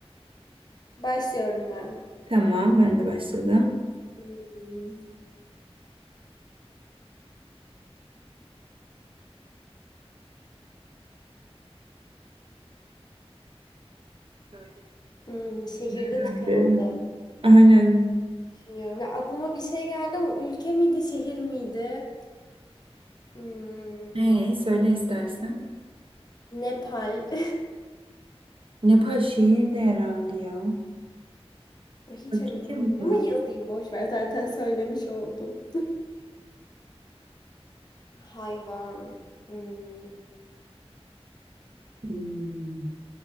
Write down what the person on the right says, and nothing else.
Tamam ben de başladım.
Söyle.
Ben
de. Aynen.
Ne söyle istersen.
Nepal şehir de herhalde ya.
Bakayım
mı?
Hmm.